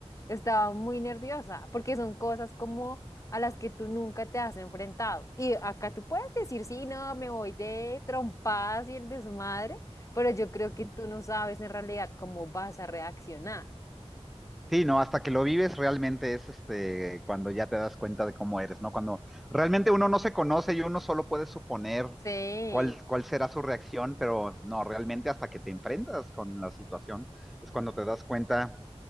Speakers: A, on the left; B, in the centre.
A: estaba muy nerviosa, porque son cosas como a las que tú nunca te has enfrentado. Y acá tú puedes decir, sí, no, me voy de trompadas y el desmadre, pero yo creo
B: Ujú.
A: que tú no sabes en realidad cómo vas a reaccionar.
B: Sí, no, hasta que lo vives realmente es este cuando ya te das cuenta de cómo eres, ¿no? Cuando realmente uno no se conoce y uno solo puede suponer
A: Sí.
B: cuál, cuál será su reacción, pero no, realmente hasta que te enfrentas con la situación es cuando te das cuenta